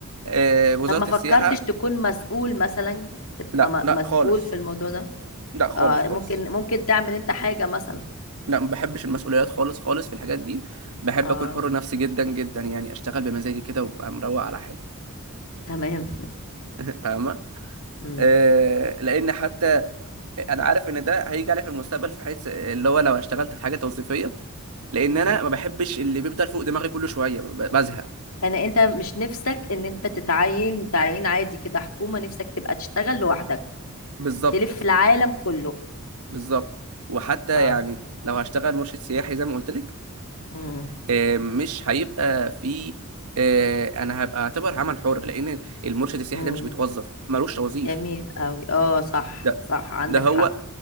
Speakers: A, on the right; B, on the left.
A: آه، وزارة
B: طب ما فكرتش
A: السياحة
B: تكون مسؤول مثلا تبقى
A: لا
B: م-
A: لا
B: مسؤول
A: خالص
B: في الموضوع ده
A: لا خالص
B: اه
A: خالص
B: ممكن ممكن تعمل انت حاجة مثلا
A: لا ما بحبش المسؤوليات خالص خالص في الحاجات دي بحب
B: اه
A: اكون حر نفسي جدا جدا يعني اشتغل بمزاجي كده وابقى مروق على حالي
B: تمام <laughs>
A: <laughs> فاهمة
B: امم
A: آه، لان حتى انا عارف ان ده هيجي علي في المستقبل في حيث اللي هو لو اشتغلت في حاجه توظيفيه لان
B: امم
A: انا ما بحبش اللي بيفضل فوق دماغي كل شويه ب- بزهق
B: يعني انت مش نفسك ان انت تتعين تعيين عادي كده حكومة نفسك تبقى تشتغل لوحدك
A: بالظبط
B: تلف العالم كله
A: بالظبط وحتى
B: اه
A: يعني لو هشتغل مرشد سياحي زي ما قلت لك
B: امم
A: آه، مش هيبقى في آه، انا هبقى اعتبر عمل حر لان المرشد السياحي
B: امم
A: ده مش بيتوظف ملوش توظيف
B: جميل قوي اه صح
A: ده
B: صح عندك
A: ده هو
B: حق